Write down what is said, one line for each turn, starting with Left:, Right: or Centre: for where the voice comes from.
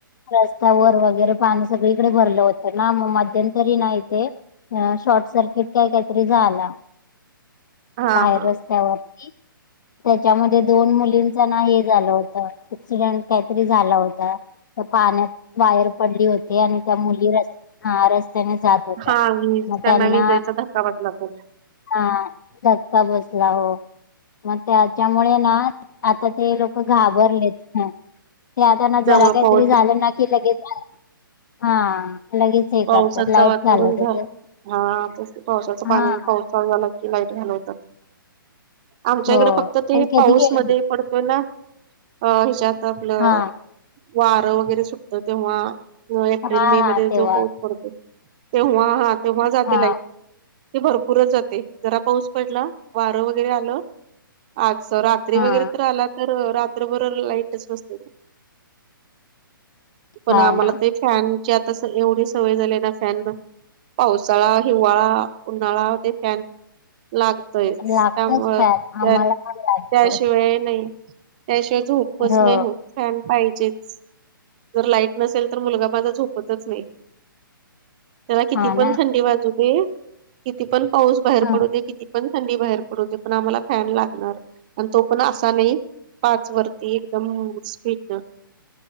Left: रस्तावर वगैरे पाणी सगळीकडे भरलं होतं ना मग मध्यंतरी ना इथे अ शॉर्ट सर्किट काय काहीतरी झाला
Right: हा
Left: बाहेर
Right: हा
Left: रस्त्यावरती त्याच्यामध्ये दोन मुलींचं ना हे झालं होत एक्सिडंट काहीतरी झाला होता त्या पाण्यात वायर पडली होती आणि त्या मुली रस्त्या हा रस्त्याने जात होत्या,
Right: हा वीज
Left: मग त्यांना
Right: विजेचा धक्का बसला तो
Left: हा, झटका बसला हो मग त्याच्यामुळे ना आता ते लोकं घाबरलेत ते आता ना
Right: त्यामुळे
Left: जरा काहीतरी
Right: पाऊस
Left: झाल ना कि लगेच हा लगेच हे
Right: पावसाच
Left: करतात लाईट
Right: वातावरण
Left: घालत
Right: झालं
Left: ते
Right: हा पावसाच
Left: हा
Right: पाणी पावसाळा झाला लाईट घालवतात आमच्या
Left: हो
Right: इकडे फक्त ते
Left: तर कधी
Right: पाऊसमध्ये.
Left: गेले
Right: पडतोय ना अ ह्याच्यात आपल
Left: हा
Right: वार वगैरे सुटत तेव्हा एप्रिल
Left: हा
Right: मे
Left: हा
Right: मध्ये
Left: तेव्हा
Right: जो पाऊस पडतो तेव्हा हा तेव्हा जाते
Left: हा
Right: लाईट. ते भरपूरच जाते जरा पाऊस पडला वार वगैरे आल आज जरा रात्री
Left: हा
Right: वगैरे तर आला तर रात्रभर लाईटच नसते. पण
Left: हा
Right: आम्हाला
Left: ना
Right: ते फॅनचे आता एवढेच सवय झाले ना फॅन पावसाळा, हिवाळा, उन्हाळा ते फॅन लागतयच
Left: लागतोच
Right: त्यामुळ
Left: फॅट
Right: त्या
Left: आम्हाला
Right: त्याशिवाय
Left: पण लागतो
Right: नाही. त्याशिवाय झोपच
Left: हो
Right: नाही होत. फॅन पाहिजेच जर लाईट नसेल तर मुलगा माझा झोपतच नाही. त्याला किती
Left: हा
Right: पण
Left: ना
Right: थंडी वाजू दे किती पण पाऊस बाहेर
Left: ह
Right: पडू दे किती. पण थंडी बाहेर पडूदे पण आम्हाला फॅन लागणार आणि तो पण असा नाही. पाच वरती एकदम स्पीड न.